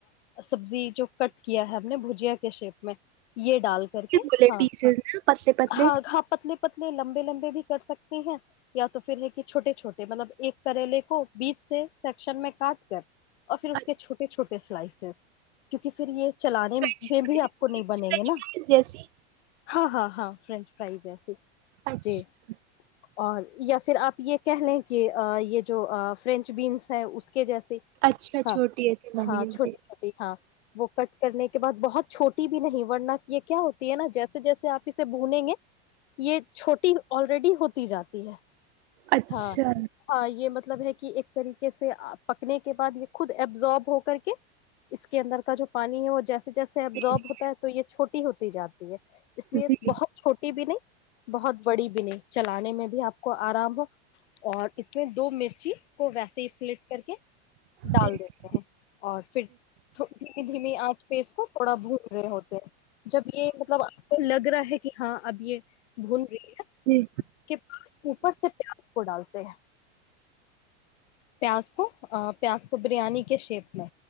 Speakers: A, on the left; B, on the right.
A: سبزی جو کٹ کیا ہے ہم نے بھجیا کے شیپ میں یہ ڈال کر کے
B: بولے
A: ہاں
B: پیسز نا پتلے پتلے
A: ہاں ہاں پتلے پتلے لمبے لمبے بھی کر سکتے ہیں یا تو پھر ہے کہ چھوے چھوٹے مطلب ایک کریلے کو بیچ سے سیکشن میں کاٹ سر <unintelligible> اور پھر اس
B: اچھا
A: کے چھوٹے چھوٹے سلائسز کیونکہ پھر یہ چلانے
B: فرینچ
A: میں بھی
B: فرینچ
A: آپ کو نہیں بنےیں گے نا
B: فرائز جیسی
A: ہاں ہاں ہاں فرینچ فرائی ج ہےس
B: اچھا
A: جی اور پھر آپ یہ کہہ لیں کہ یہ جو فرینچ بینس ہے اس کے جیسے
B: اچھا
A: ہاں
B: چھوٹی ایسی بنی
A: ہاں
B: ہوئی
A: چھوٹی
B: تھی
A: چھوٹی ہاں وہ کٹ کرنے کے بعد بہت چھوٹی بھی نہیں ورننا کی یہ کیا ہوتی ہے نا جیسے جیسے آپ اسے بھنےیں گے یہ چھوٹی آلریڈی ہوتی جاتی ہے
B: اچھا
A: ہاں ہ یہ مطلب ہے کہ ایک طریقے سے پکنے کے بعد یہ خود ایبزارب ہو کر کے اس کے اندر کا جو پانی ہے وہ جیسا جیسے ایبزارب
B: جی جی
A: ہوتا ہے تو یہ چھٹی ہوتی جاتی اس لیے
B: جی
A: بہت چھوٹی بھی نہیں بہت بڑی بھی نہیں چلانے میں بھی آپ کو آرام ہو اور اس میں دو م جی کو ویسے ہی سلٹ کر کے ڈال
B: جی جی
A: دیتے ہیں اور پھر دھی دھیمی آنچ پہ اس کو تھوڑا بول رہے ہو جب یہ مطلب آ لگ رہا ہے ہے کہ ہاں اب یہ بھونیا
B: جی
A: کے پا اوپر سے پار کو ڈالتے ہیں پیاز کو پیاز کو بریانی کے شیپ میں